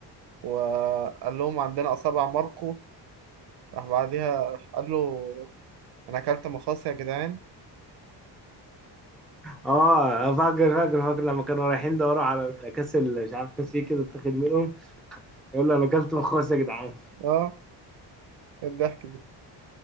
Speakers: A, on the right (about 70°); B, in the centre.
A: وقال لهم عندنا أصابع ماركو راح بعديها راح قال له انا اكلت مخاص يا جدعان
B: اه فاكر فاكر فاكر لما كانوا رايحين دوروا على كاس ال- مش عارف كاس ايه كده اتاخد منهم يقول له انا اكلت مخاص يا جدعان
A: اه إيه الضحك دي